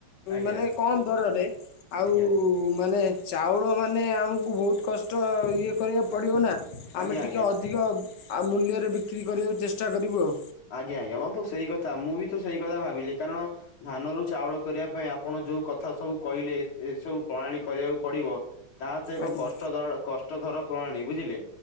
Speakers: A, on the left; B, on the left.
A: ଆଜ୍ଞା
B: ମାନେ କମ ଦରରେ ଆଉ
A: ଆଜ୍ଞା
B: ମାନେ ଚାଉଳ ମାନେ ଆମକୁ ବହୁତ କଷ୍ଟ ଇଏ କରିବାକୁ ପଡ଼ିବ ନା
A: ଆଜ୍ଞା
B: ଆମେ ଟିକେ
A: ଆଜ୍ଞା।
B: ଅଧିକ ଆ ମୂଲ୍ୟରେ ବିକ୍ରି କରିବାକୁ ଚେଷ୍ଟା କରିବୁ ଆଉ।
A: ଆଜ୍ଞା ଆଜ୍ଞା ବନ୍ଧୁ ସେଇ କଥା ମୁଁ ବି ତ ସେଇ କଥା ଭାବିଲି କାରଣ ଧାନରୁ ଚାଉଳ କରିବା ପାଇଁ ଆପଣ ଯୋଉ କଥା ସବୁ କଇଲେ ଏ ସବୁ ପଣାଳୀ କରିବାକୁ ପଡିବ। ତାହା ତ ଏକ
B: ଆଜ୍ଞା
A: କଷ୍ଟଧରଳ କଷ୍ଟ ଧର ପ୍ରଣାଳୀ ବୁଝିଲେ।